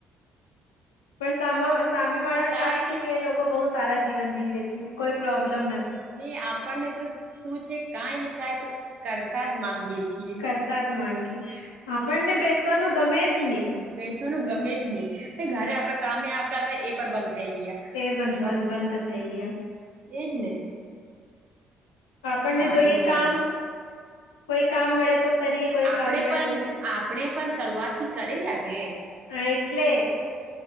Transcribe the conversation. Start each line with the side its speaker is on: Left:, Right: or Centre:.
Left: પણ સા સામે વાળા ને
Right: કાઈ
Left: લાગે છે કે એ લોકો બહુ સારા જીવન જીવે છે કોઈ પ્રોબ્લેમ નથી
Right: ને આપણને તો શું છે કઈ ને કઈ તો કરતા જ માંગીયે છીએ
Left: કરતા જ માંગી આપણને બેસવાનું ગમે જ ની
Right: બેસવાનું ગમે જ ની અને ઘરે આપડા કામે આવતા હતા એ પણ બંધ થઈ ગયા
Left: એ બં
Right: ગમ
Left: બંધ થઈ ગયા
Right: એજ ને
Left: આપણને
Right: સારું
Left: જોઈએ
Right: નહી
Left: કામ
Right: લાગે
Left: કોઈ કામ મળે તો કરીએ કોઈ
Right: આપડે
Left: કામ મળે
Right: પણ
Left: તો કરીએ
Right: આપણે પણ શરૂઆત થી કરેલા ને
Left: હા એટલે